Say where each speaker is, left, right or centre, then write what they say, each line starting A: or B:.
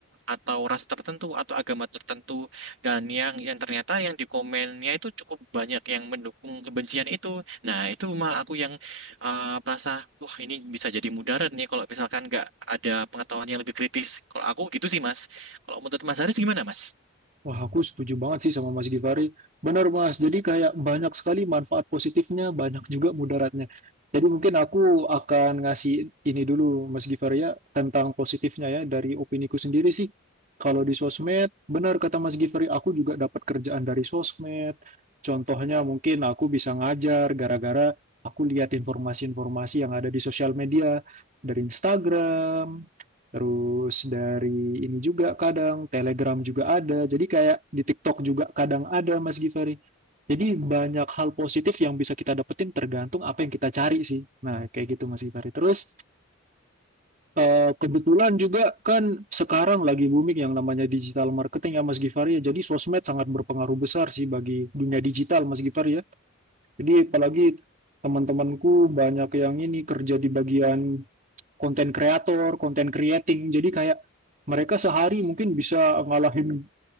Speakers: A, on the right (about 60°); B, on the right (about 40°).
A: atau ras tertentu atau agama tertentu dan yang yang ternyata yang di komennya itu cukup banyak yang mendukung kebencian itu. Nah, itu mah aku yang eh, merasa wah ini bisa jadi mudarat nih kalau misalkan nggak ada pengetahuan yang lebih kritis. Kalau aku gitu sih, Mas. Kalau menurut Mas Haris gimana, Mas?
B: Wah, aku setuju banget sih sama Mas Givari. Benar, Mas. Jadi kayak banyak sekali manfaat positifnya, banyak juga mudaratnya. Jadi mungkin aku akan ngasih ini dulu, Mas Givari ya, tentang positifnya ya, dari opiniku sendiri sih. Kalau di sosmed, benar kata Mas Givari, aku juga dapat kerjaan dari sosmed. Contohnya mungkin aku bisa ngajar gara-gara aku lihat informasi-informasi yang ada di sosial media, dari Instagram, Terus dari ini juga kadang Telegram juga ada. Jadi kayak di TikTok juga kadang ada Mas Givari. Jadi banyak hal positif yang bisa kita dapetin tergantung apa yang kita cari sih. Nah, kayak gitu Mas Givari. Terus eh, kebetulan juga kan sekarang lagi booming yang namanya digital marketing ya Mas Givari ya. Jadi sosmed sangat berpengaruh besar sih bagi dunia digital Mas Givari ya. Jadi apalagi teman-temanku banyak yang ini kerja di bagian konten kreator, konten creating. Jadi kayak mereka sehari mungkin bisa ngalahin